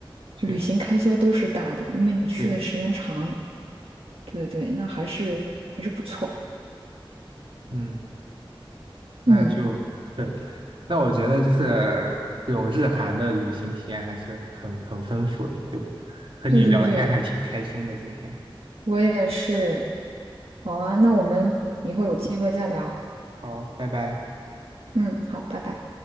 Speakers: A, on the right; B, on the right.
A: 确实，
B: 旅行开销都是大的，因为你去的时间长。
A: 对，
B: 对对，那还是还是不错。
A: 嗯，那就很，
B: 嗯，
A: 那我觉得就是这种日韩的旅行体验还是很很丰富的，就和你聊天还挺开心的，
B: 对对对，
A: 今天，
B: 我也是。好啊，那我们以后有机会再聊。
A: 好，拜拜。
B: 嗯，好，拜拜。